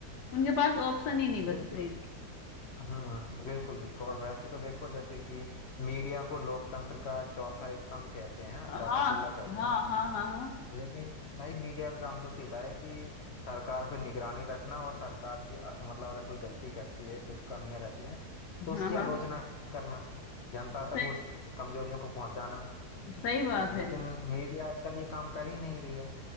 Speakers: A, on the left; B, on the left.
A: उनके पास ऑप्शन ही नहीं बचते
B: बिल्कुल
A: हैं
B: हम्म बिल्कुल बिल्कुल और वैसे तो देखो जैसे कि मीडिया को लोकतंत्र का चौथा स्तंभ कहते हैं हाँ,
A: हाँ
B: चौथा
A: हाँ
B: पिल्ला कहते
A: हाँ
B: हैं
A: हाँ हाँ
B: लेकिन भाई मीडिया का काम तो सीधा है कि सरकार पे निगरानी रखना और सरकार की अ, मतलब अगर कोई गलती करती है कुछ कमियां रहती हैं तो
A: हाँ
B: उसकी
A: हाँ
B: आलोचना करना जनता तक
A: सही
B: उस कमजोरियों को पहुंचाना
A: सही बात है
B: लेकिन मीडिया आजकल ये काम कर ही नहीं रही है